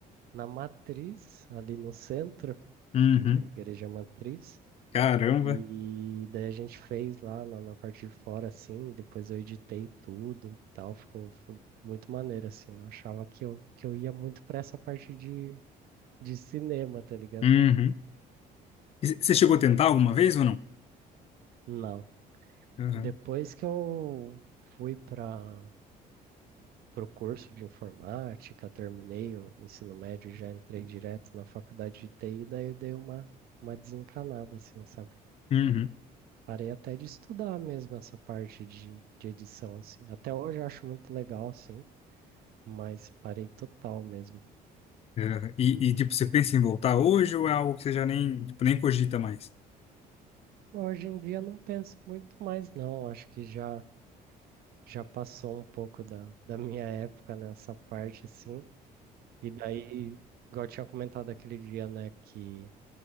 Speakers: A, on the right (about 65°); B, on the left (about 35°).
A: na Matriz, ali no centro.
B: Uhum.
A: na igreja matriz.
B: Caramba.
A: E daí a gente fez lá na, na parte de fora, assim, depois eu editei tudo, e tal, ficou, foi muito maneiro, assim. Eu achava que eu, que eu ia muito pra essa parte de, de cinema, tá ligado?
B: Uhum. E c- Você chegou a tentar alguma vez ou não?
A: Não.
B: Aham.
A: Depois que eu fui para o curso de informática, terminei o ensino médio, e já entrei direto na faculdade de TI, daí eu dei uma, uma desencanada, assim, sabe?
B: Uhum.
A: Parei até de estudar mesmo essa parte de, de edição, assim. Até hoje eu acho muito legal, assim, mas parei total mesmo.
B: Aham. E, e, tipo, você pensa em voltar hoje ou é algo que você já nem, tipo, nem cogita mais?
A: Hoje em dia não penso muito mais, não. Acho que já, já passou um pouco da, da minha época nessa parte, assim. E daí, igual eu tinha comentado aquele dia, né, que